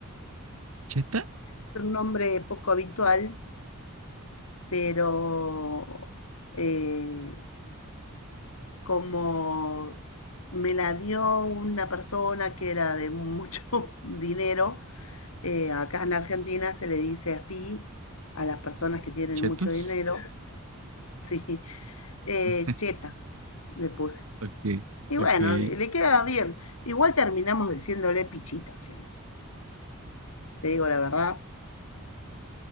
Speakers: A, on the right (about 75°); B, on the left (about 75°).
A: ¿Cheta?
B: es un nombre poco habitual, pero eh, como me la dio una persona que era de mucho <laughs> dinero, eh, acá en Argentina se le dice así a las personas que tienen
A: ¿Chetos?
B: mucho dinero, <laughs> sí, eh,
A: <laughs>
B: cheta, le puse.
A: Ok,
B: Y
A: ok.
B: bueno, le le queda bien. Igual terminamos diciéndole pichita siempre, te digo la verdad.